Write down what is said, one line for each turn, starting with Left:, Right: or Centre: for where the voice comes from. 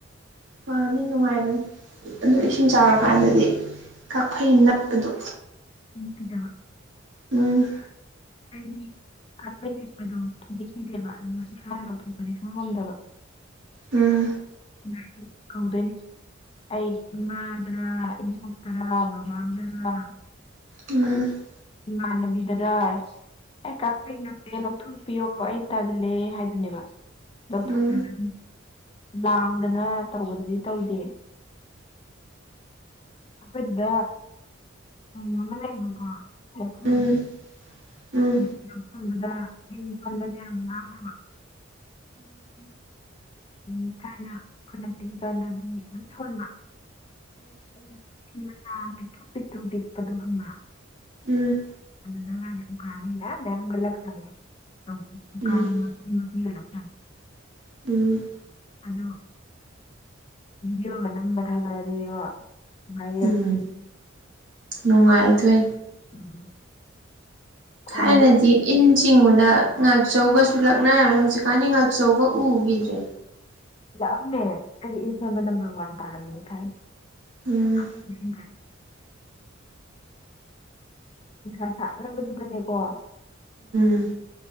Right: ꯄꯥꯝꯃꯤ ꯅꯨꯡꯉꯥꯏꯕꯅꯤ ꯑꯗꯨ ꯏꯁꯤꯡ ꯆꯥꯎꯔꯀꯥꯟꯗꯗꯤ ꯀꯥꯛꯐꯩ ꯅꯞꯄꯗꯣ
Left: ꯎꯝ ꯀꯤꯖꯕ
Right: ꯎꯝ
Left: ꯑꯩꯗꯤ ꯀꯥꯐꯩ ꯆꯠꯄꯗꯣ ꯀꯤꯗꯤꯦ ꯀꯤꯗꯦꯕ ꯑꯗꯨꯒ ꯏꯁꯥꯅ ꯉꯥꯊꯣꯛꯄꯗꯤ ꯁꯨꯡ ꯉꯝꯗꯕ <inaudible>
Right: ꯎꯝ
Left: ꯎꯝ <unintelligible> <inaudible> ꯀꯧꯗꯣꯏꯅꯦ ꯑꯩ ꯏꯃꯥꯗꯔꯥ ꯏꯉꯇꯔꯥ ꯕꯕꯥꯗꯔꯥ <inaudible>
Right: ꯎ <inaudible>
Left: ꯏꯃꯥꯟꯅꯕꯤꯗꯔ ꯑꯩ ꯀꯈꯩ ꯅꯠꯇꯦ ꯂꯧꯊꯣꯛꯄꯤꯌꯣ ꯑꯩ ꯇꯜꯂꯦ ꯍꯥꯏꯗꯨꯅꯦꯕ ꯂꯧꯊꯣꯛꯈ꯭ꯔ
Right: ꯎꯝ
Left: ꯑꯗꯨ ꯂꯥꯡꯗꯅ ꯇꯧꯕꯗꯨꯗꯤ ꯇꯧꯗꯦ ꯑꯩꯈꯣꯏꯗꯨꯗ ꯎ ꯑꯃ ꯂꯩꯕꯀꯣ
Right: ꯎꯝ
Left: <inaudible>
Right: ꯎꯝ
Left: ꯑꯗꯨꯒꯤꯔ ꯁꯣꯟꯕꯗ ꯏꯟ ꯁꯣꯟꯕꯁ ꯌꯥꯝ ꯋꯥ ꯍꯥꯏꯕ <inaudible> ꯎꯝ <unintelligible> <inaudible> ꯎꯝ ꯊꯥꯏꯅ ꯑꯩꯈꯣꯏꯅ ꯄꯤꯛꯏ ꯀꯥꯟꯗꯗꯤ ꯑꯗꯨꯝ ꯁꯣꯟꯕ ꯎ ꯄꯤꯛꯇꯨꯝ ꯄꯤꯛꯇꯨꯝ ꯄꯤꯛꯄꯗꯣ ꯍꯪꯕ <inaudible>
Right: ꯎꯝ
Left: ꯑꯗꯨꯗ ꯒꯥꯗꯤ ꯎꯀꯥꯕꯤ ꯃꯌꯥꯝ ꯃꯌꯥꯝꯒ ꯂꯛ ꯖꯥꯠꯅꯤ ꯑꯆꯧꯕ ꯎꯀꯥꯕꯤ
Right: ꯎꯝ ꯎꯝ
Left: ꯏ ꯃꯄꯤꯒ ꯂꯛꯆꯥꯅꯤ
Right: ꯎꯝ
Left: ꯑꯗꯣ ꯚꯤꯗꯤꯌꯣꯒ ꯅꯝꯕ ꯊꯥꯒꯠꯂꯗꯤꯕꯣ ꯚꯥꯏꯔꯦꯜ
Right: ꯎꯝ
Left: ꯆꯠꯅꯤ
Right: ꯅꯨꯡꯉꯥꯏꯗꯣꯏ
Left: ꯎꯝ ꯈꯣꯡꯗꯣ
Right: ꯊꯥꯏꯅꯗꯤ ꯏꯟ ꯆꯤꯡꯕꯗ ꯉꯥꯛꯆꯧꯒꯁꯨ ꯂꯛꯅꯔꯝꯃꯦ ꯍꯧꯖꯤꯛꯀꯥꯟꯗꯤ ꯉꯥꯛꯆꯧꯒ ꯎꯒꯤꯗ꯭ꯔꯦ
Left: ꯂꯛꯑꯝꯃꯦ ꯑꯩꯗꯤ ꯏꯁꯟꯁꯣꯟꯕ ꯅꯝꯕꯔ ꯋꯥꯟ ꯇꯥꯔꯝꯃꯤꯅꯤ ꯊꯥꯏꯅ
Right: ꯎꯝ
Left: <unintelligible> ꯅꯨꯡꯁꯥ ꯁꯥꯒ꯭ꯔꯕꯗꯨꯗꯅꯦꯀꯣ
Right: ꯎꯝ